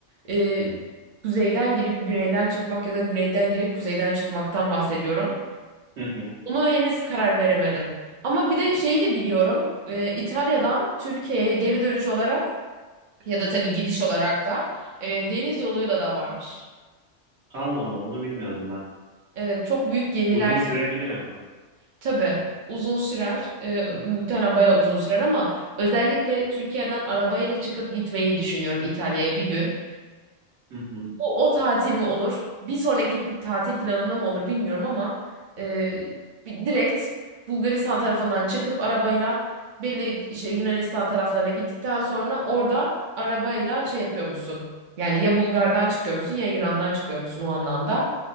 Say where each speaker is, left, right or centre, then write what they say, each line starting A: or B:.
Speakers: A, on the right (about 45°); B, on the right (about 65°).
A: Ee, kuzeyden girip güneyden çıkmak ya da güneyden girip kuzeyden çıkmaktan bahsediyorum.
B: Hı hı.
A: Bunu henüz karar veremedim. Ama bir de şeyi de biliyorum. Ee, İtalya'dan Türkiye'ye geri dönüş olarak ya da tabii gidiş olarak da e, deniz yoluyla da varmış.
B: Allah Allah bunu bilmiyordum ben.
A: Evet çok büyük gemiler
B: Uzun sürebilir ama.
A: Tabii uzun sürer. Ee, muhtemelen bayağı uzun sürer ama özellikle Türkiye'den arabayla çıkıp gitmeyi düşünüyorum İtalya'ya bir gün.
B: Hı hı.
A: O, o tatil mi olur? Bir sonraki pi- tatil planımda mı olur bilmiyorum ama e, bi- direkt Bulgaristan tarafından çıkıp arabayla belli işte Yunanistan taraflarına gittikten sonra orada arabayla şey yapıyormuşsun. Yani ya Bulgar'dan çıkıyormuşsun ya Yunan'dan çıkıyormuşsun o anlamda.